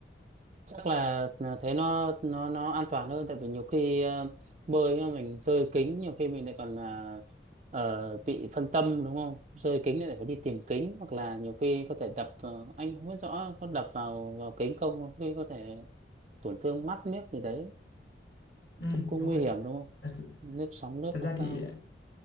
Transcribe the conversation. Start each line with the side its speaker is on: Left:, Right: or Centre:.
Right: chắc là là thế nó nó nó an toàn hơn tại vì nhiều khi ờ, bơi mà mình rơi kính nhiều khi mình lại còn là ờ, bị phân tâm đúng không rơi kính lại phải đi tìm kính hoặc là nhiều khi có thể đập ờ, anh không biết rõ có đập vào vào kính không nhiều khi có thể tổn thương mắt nước gì đấy
Left: Ừ
Right: cũng cũng
Left: đúng
Right: nguy
Left: rồi.
Right: hiểm đúng không
Left: Thật,
Right: nước sóng nước
Left: thật ra
Right: nó cao
Left: thì